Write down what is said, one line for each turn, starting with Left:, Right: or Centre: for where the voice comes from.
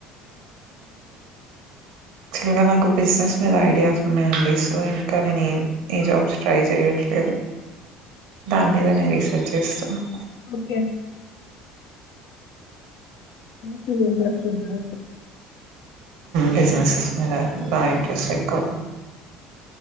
Right: యాక్చువల్గా నాకు బిజినెస్ మీద ఐడియాస్ ఉన్నాయంండి సో ఇంకా నేను ఏ ఏ జాబ్స్ ట్రయల్ చేయట్లేదు దాని మీద నేను రీసెర్చ్ చేస్తున్నాను
Left: ఓకే జ ఇంట్రెస్ట్ చిన్నా
Right: బిజినెసెస్ మ బాగా ఇంటంట్రెస్ట్ ఎక్కువ